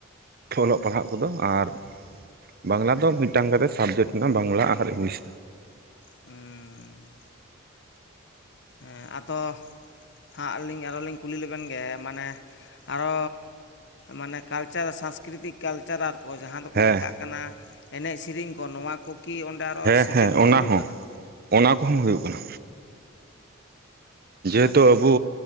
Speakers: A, on the right; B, on the left.
A: ᱚᱞᱚᱜ ᱯᱟᱲᱦᱟᱜ ᱠᱚᱫᱚ ᱟᱨ ᱵᱟᱝᱞᱟ ᱫᱚ ᱢᱤᱫᱴᱟᱝ ᱠᱟᱛᱮᱫ ᱥᱟᱵᱽᱡᱮᱠᱴ ᱢᱮᱱᱟᱜ-ᱟ ᱵᱟᱝᱞᱟ ᱟᱨ ᱤᱝᱞᱤᱥ᱾
B: ᱦᱮᱸ ᱦᱮᱸ ᱟᱫᱚ ᱦᱟᱸᱜ ᱟᱹᱞᱤᱧ ᱟᱨᱚ ᱞᱤᱧ ᱠᱩᱞᱤ ᱞᱮᱵᱮᱱ ᱜᱮ ᱢᱟᱱᱮ ᱟᱨᱚ ᱢᱟᱱᱮ ᱠᱟᱞᱪᱟᱨ ᱥᱟᱸᱥᱠᱨᱤᱛᱤᱠ ᱠᱟᱞᱪᱟᱨ ᱟᱨ ᱠᱚ ᱡᱟᱦᱟᱸ ᱫᱚᱠᱚ
A: ᱦᱮᱸ
B: ᱢᱮᱛᱟᱜ ᱠᱟᱱᱟ ᱮᱱᱮᱡ ᱥᱮᱨᱮᱧ ᱠᱚ ᱱᱚᱣᱟ ᱠᱚ ᱠᱤ ᱚᱸᱰᱮ ᱟᱨᱚ
A: ᱦᱮᱸ
B: ᱥᱮᱪᱮᱫ
A: ᱦᱮᱸ
B: ᱠᱚ
A: ᱚᱱᱟ
B: ᱦᱩᱭᱩᱜ
A: ᱦᱚᱸ
B: ᱠᱟᱱᱟ?
A: ᱚᱱᱟ ᱠᱚᱦᱚᱸ ᱦᱩᱭᱩᱜ ᱠᱟᱱᱟ᱾ ᱡᱮᱦᱮᱛᱩ
B: ᱟᱹᱰᱤ
A: ᱟᱵᱚ